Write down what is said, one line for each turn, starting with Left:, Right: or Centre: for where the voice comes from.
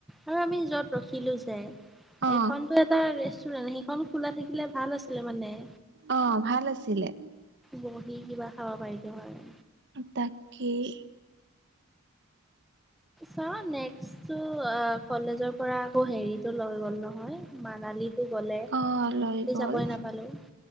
Centre: আৰু আমি য'ত ৰখিলো যে এইখনতো
Right: অ
Centre: এটা ৰেষ্টুৰেণ্ট, সেইখন খোলা থাকিলে ভাল আছিলে মানে।
Right: অঁ ভাল আছিলে।
Centre: বহি কিবা খাব পাৰিলো হয়।
Right: তাকেই।
Centre: চাওঁ নেক্সটো আহ কলেজৰ পৰা আকৌ হেৰিটো লৈ গ'ল নহয়, মানালীটো গ'লে
Right: অ লৈ গ'ল
Centre: যাবই নাপালো।